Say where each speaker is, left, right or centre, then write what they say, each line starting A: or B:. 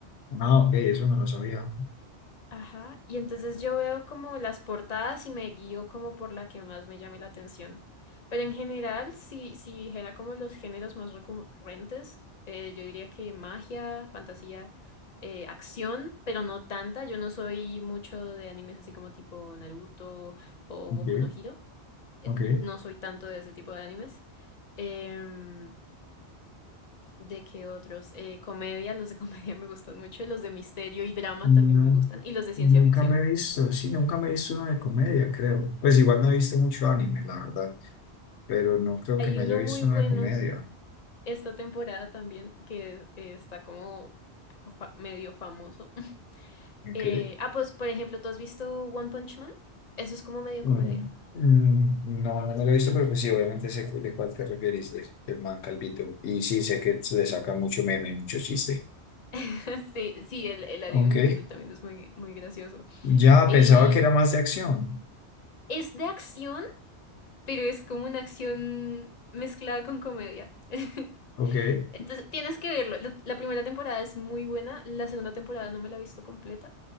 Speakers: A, on the left; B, on the left.
A: Ah, ok, eso no lo sabía.
B: Ajá, y entonces yo veo como las portadas y me guío como por la que más me llame la atención. Pero en general, si, si dijera como los géneros más recurrentes, eh, yo diría que magia, fantasía, eh, acción, pero no tanta. Yo no soy mucho de animes así como tipo Naruto o
A: Ok,
B: Boku no Hero. eh,
A: ok.
B: No soy tanto de ese tipo de animes. Em, ¿de qué otros? Eh, comedia, los de comedia <laughs> me gustan mucho. Los de misterio y drama
A: No,
B: también me gustan. Y los de
A: nunca
B: ciencia ficción.
A: me he visto, sí, nunca me he visto uno de comedia, creo. Pues igual no he visto mucho anime, la verdad, pero no creo
B: Hay
A: que me
B: uno
A: haya visto
B: muy bueno
A: uno de comedia.
B: esta temporada también que eh, está como fa- medio famoso. <laughs>
A: Ok.
B: Eh, ah, pues por ejemplo, ¿tú has visto One Punch Man? Eso es como medio
A: Mm,
B: comedia.
A: mm, no, no me lo he visto, pero pues sí, obviamente sé cu- de cuál te refieres, de, del man Calvito. Y sí, sé que se le saca mucho meme, mucho chiste.
B: <laughs> Sí, sí, el, el anime
A: Ok.
B: en general también es muy, muy gracioso.
A: Ya
B: Y
A: pensaba que era más de acción.
B: es de acción, pero es como una acción mezclada con comedia. <laughs>
A: Ok.
B: Entonces tienes que verlo. La, la primera temporada es muy buena, la segunda temporada no me la he visto completa,